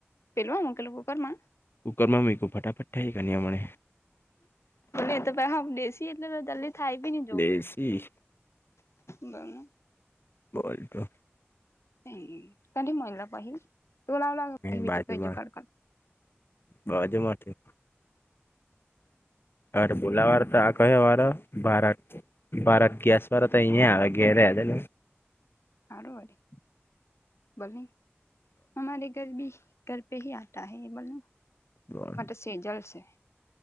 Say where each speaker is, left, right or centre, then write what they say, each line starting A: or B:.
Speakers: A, on the left; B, on the left.
A: પેલવા મકેલું કુકર માં.
B: કુકરમાં મરી ખ ફટાફાટ થાય ગની મણેને.
A: એ તો પ હ દસી એટલે જલ્દી થાય ભી નઈ જો
B: દેશી
A: બંધ.
B: બય તો.
A: હમ કઢી મળિલા પહી તું લવ લ
B: બાજુમાં
A: બીજું કજુ કડકત.
B: બાજુમાંથી. અરે ભોલા વાર તો ક વાળ બારત. બારત ગેસ વા તો અહીયા આવે ગે રહેજે.
A: સાર વારી ભોલે અમારે. ઘર ભી ઘર પે હ આતા હ મતલબ.
B: બર.
A: સેજલ છે